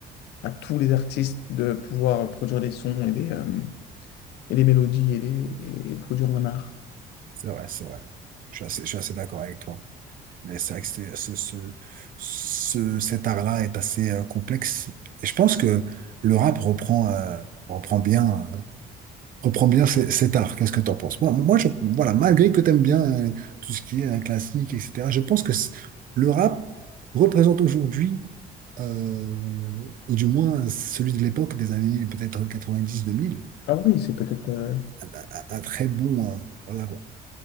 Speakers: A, on the left; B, on the right.
A: à tous les artistes de pouvoir produire des sons et des, euh, et des mélodies et, des, et produire un art.
B: C'est vrai, c'est vrai. Je suis assez, je suis assez d'accord avec toi. Mais c'est vrai que c'est- ce, ce, ce- cet art-là est assez euh, complexe. Et je pense que le rap reprend, euh, reprend bien, euh, reprend bien ce- cet art. Qu'est-ce que tu en penses? Moi, moi je, voilà, malgré que tu aimes bien euh, tout ce qui est euh, classique, etc., je pense que c- le rap représente aujourd'hui, euh, ou du moins celui de l'époque des années peut-être 90-2000,
A: Ah oui, c'est peut-être. euh,
B: un, un- un très bon, euh, voilà, quoi.